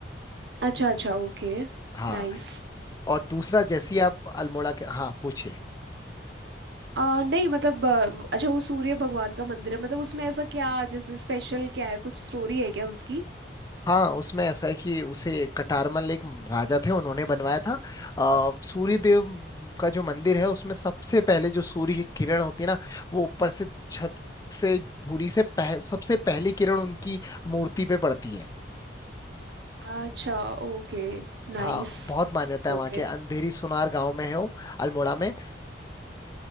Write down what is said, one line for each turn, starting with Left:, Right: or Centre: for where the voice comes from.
Right: अच्छा अच्छा ओके
Left: हाँ
Right: नाइस
Left: और दूसरा जैसे ही आप अल्मोड़ा के हाँ पूछिए
Right: आ, नहीं मतलब अ, अच्छा वो सूर्य भगवान का मंदिर है मतलब उसमें ऐसा क्या जैसे स्पेशल क्या है कुछ स्टोरी है क्या उसकी
Left: हाँ उसमें ऐसा है कि उसे कटारमल एक राजा थे उन्होंने बनवाया था आ, सूर्य देव का जो मंदिर है उसमें सबसे पहले जो सूर्य की किरण होती है ना वो ऊपर से छत से धूरी से पह, सबसे पहली किरण उनकी मूर्ति पे पड़ती है
Right: अच्छा ओके नाइस
Left: हाँ बहुत मान्यता है
Right: ओके
Left: वहाँ के अंधेरी सुनार गांव में है वो अल्मोड़ा में